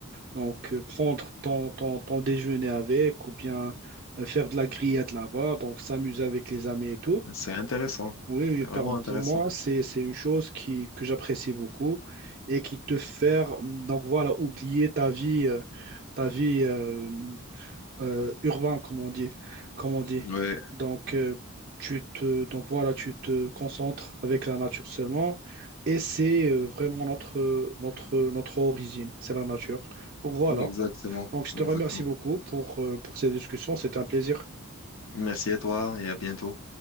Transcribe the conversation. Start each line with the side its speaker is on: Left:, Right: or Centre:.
Right: donc euh, prendre ton, ton, ton déjeuner avec ou bien euh, faire de la grillade là-bas, donc s'amuser avec les amis et tout.
Left: C'est intéressant.
Right: Oui, oui,
Left: C'est
Right: par-
Left: vraiment intéressant.
Right: pour moi, c'est, c'est une chose qui, que j'apprécie beaucoup et qui te fait, mm, donc voilà, oublier ta vie, euh, ta vie, euh, euh, urbain, comme on dit, comme on dit.
Left: Ouais,
Right: Donc, euh, tu te, donc voilà, tu te concentres avec la nature seulement, et c'est euh, vraiment notre, notre, notre origine, c'est la nature. Donc voilà.
Left: exactement.
Right: Donc, je
Left: Exactement.
Right: te remercie beaucoup pour, euh, pour ces discussions, c'est un plaisir.
Left: Merci à toi et à bientôt.